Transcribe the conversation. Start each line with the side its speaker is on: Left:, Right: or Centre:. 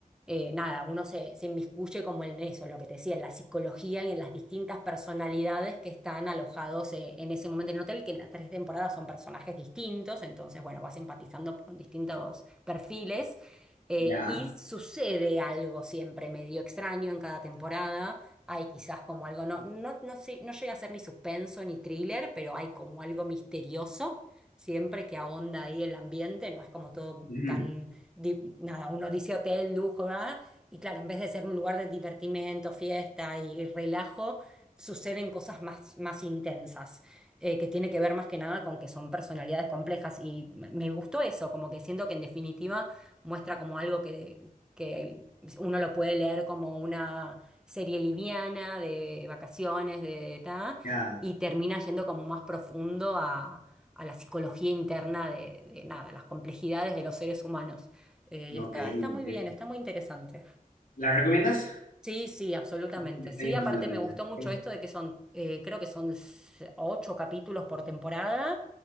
Centre: eh, nada, uno se, se inmiscuye como en eso, lo que te decía, en la psicología y en las distintas personalidades que están alojados eh, en ese momento en el hotel, que en las tres temporadas son personajes distintos, entonces, bueno, vas empatizando con distintos perfiles. eh,
Left: ya.
Centre: y sucede algo siempre medio extraño en cada temporada hay quizás como algo, no, no, no sé, no llega a ser ni suspenso ni thriller, pero hay como algo misterioso. Siempre que ahonda ahí el ambiente, no es como todo
Left: ujú,
Centre: tan, di- nada, uno dice hotel, lujo, ¿verdad? Y claro, en vez de ser un lugar de divertimento, fiesta y relajo, suceden cosas más, más intensas, eh, que tiene que ver más que nada con que son personalidades complejas. Y me me gustó eso, como que siento que en definitiva muestra como algo que, que uno lo puede leer como una serie liviana, de vacaciones, de ta,
Left: Ya,
Centre: y termina yendo como más profundo a, a la psicología interna de, de nada, las complejidades de los seres humanos. Eh, y
Left: ok.
Centre: está, está
Left: ok.
Centre: muy bien, está muy interesante.
Left: ¿La recomiendas?
Centre: Sí, sí, absolutamente.
Left: Me está
Centre: Sí,
Left: llamando
Centre: aparte
Left: la atención.
Centre: me gustó mucho
Left: Ok,
Centre: esto de que son, eh, creo que son s- ocho capítulos por temporada